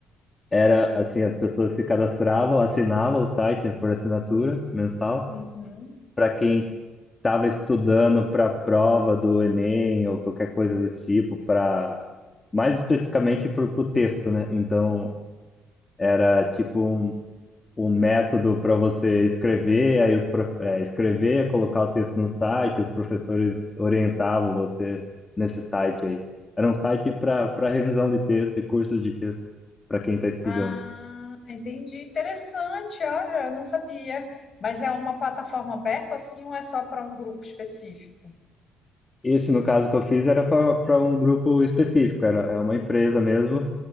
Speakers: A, on the left; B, on the left.
A: era, assim, as pessoas se cadastravam, assinavam o site por assinatura mensal,
B: uhum.
A: para quem estava estudando para a prova do Enem ou qualquer coisa desse tipo, para mais especificamente para o texto, né? Então era tipo um, um método para você escrever, aí os, pro- é, escrever, colocar o texto no site, os professores orientavam você nesse site aí. Era um site para para revisão de texto e curso de texto para quem está estudando.
B: Ah, entendi. Interessante, olha, eu não sabia. Mas é uma plataforma aberta assim ou é só para um grupo específico?
A: Esse, no caso que eu fiz, era para um grupo específico, era é uma empresa mesmo